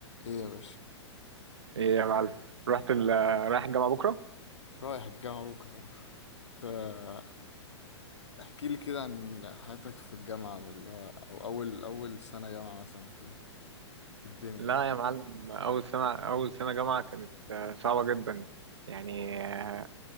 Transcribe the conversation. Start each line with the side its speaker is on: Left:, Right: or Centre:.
Left: ايه يا باشا
Right: ايه يا معلم رحت ال... رايح الجامعة بكرة؟
Left: رايح الجامعة بكرة تا- احكي لي كده عن حياتك في الجامعة ولا او اول اول سنة جامعة مثلا كده في الدنيا
Right: لا
Left: يعني
Right: يا معلم أول سنة أول سنة جامعة كانت آه، صعبة جدا يعني آه،